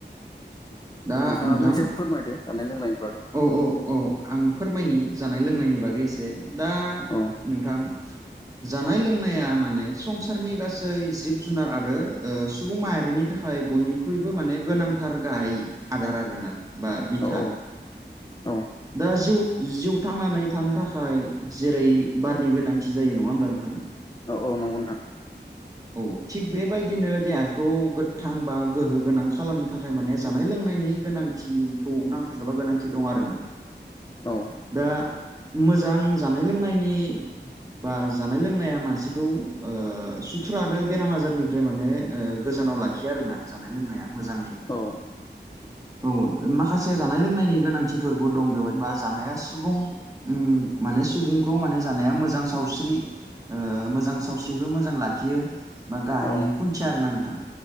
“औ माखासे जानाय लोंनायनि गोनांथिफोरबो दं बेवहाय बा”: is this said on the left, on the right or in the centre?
Right